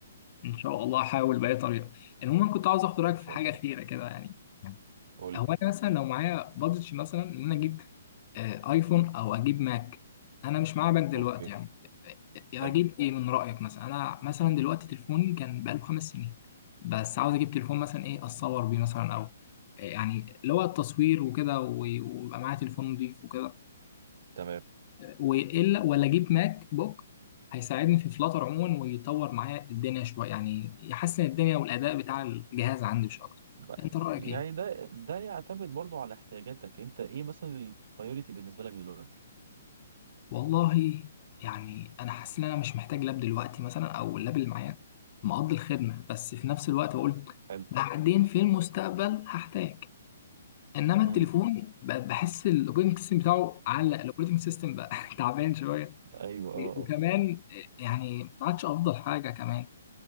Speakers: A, on the left; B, on the right.
A: ان شاء الله هحاول باي طريقه المهم كنت عاوز اخد رايك
B: ان
A: في
B: شاء
A: حاجه
B: الله
A: اخيره كده يعني
B: قول
A: هو
B: لي
A: انا مثلا لو معايا بادجت مثلا ان انا اجيب آه، ايفون او اجيب ماك انا مش معايا ماك دلوقتي
B: اوكي
A: يعني آه، آه،
B: حلو
A: اجيب ايه من رايك مثلا انا مثلا دلوقتي تليفوني كان بقاله خمس سنين بس عاوز اجيب تليفون مثلا ايه اتصور بيه مثلا او آه، يعني اللي هو التصوير وكده و- ويبقى معايا تليفون نضيف وكده
B: تمام
A: والا ولا اجيب ماك بوك هيساعدني في فلاتر عموما ويطور معايا الدنيا شويه يعني يحسن الدنيا والاداء بتاع الجهاز عندي مش اكتر
B: ب-
A: انت رايك
B: يعني
A: ايه
B: ده ده يعتمد برضو على احتياجاتك انت ايه مثلا البايوريتي بالنسبة لك دلوقتي
A: والله يعني انا حاسس ان انا مش محتاج لاب دلوقتي مثلا او اللاب اللي معايا مقضي الخدمه بس في نفس الوقت بقول
B: حلو
A: بعدين في المستقبل هحتاج انما
B: امم
A: التليفون ب- بحس الاوبريتنج سيستم بتاعه علق الاوبريتنج سيستم بقى <laughs> تعبان شويه
B: ايوه اه
A: وكمان
B: اه
A: يعني ما عادش افضل حاجه كمان